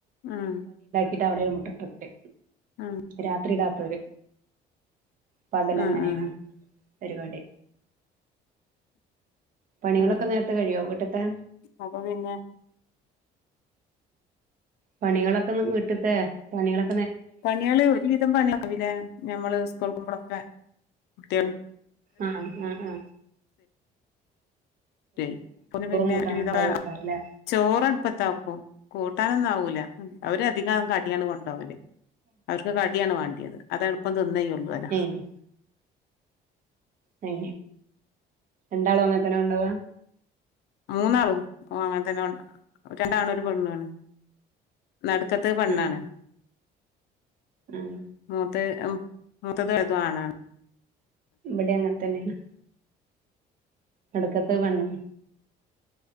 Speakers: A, on the left (about 75°); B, on the right (about 55°).
A: ആഹ്
B: ഇത അവിടെ ഒരു മുട്ടത്തില്
A: ആഹ്
B: രാത്രി ഇടാത്തര് പകല
A: ആഹ്
B: എങ്ങനെയാണ്
A: ആഹ്
B: പരിപാടി പണികളൊക്കെ
A: ആഹ്
B: നേരത്തെ കഴിയോ കീട്ടത്തെ
A: അപ്പൊ പിന്നെ
B: പണികളൊക്കെന്ന് വീട്ടിട്ടേ പണികളൊ
A: പണിയാള് ഒരു വിധം പണിയക്കല്ലേ നഞമ്മള് സ്കൂൾ കുമ്പളപ്പ ട്ട
B: ആ ആ ആ
A: പിന്നെ
B: കൂട്ടാനൊക്കെ
A: ഒരുധ
B: ആവോക്കാരല്ലേ
A: ചോറട്പ്പ ണ്ടാക്കും കൂട്ടാനൊന്നും ആവൂല അവര അധികം കടിയാണ് കൊണ്ടപകലേ അവർക്ക് കടിയാണ് വാണ്ട അത എളപ്പം തിന്നയ്യ വട
B: ഏഹ് അ എന്താളും അങ്ങനത്തന്നെ ഉണ്ടവാ
A: മൂന്നാളും ഓ അങ്ങനെ തന്നെണ്ട രണ്ടാണും ഒരു പെണ്ണാണ് നടുക്കത്ത പണ്ണാണ്
B: ആഹ് ആഹ്
A: മത്തേ ഉം മുത്തത് ല്തു ആണാ
B: ബടിയങ്ങത്തനെയാണ് എടുക്കത്ത വണണം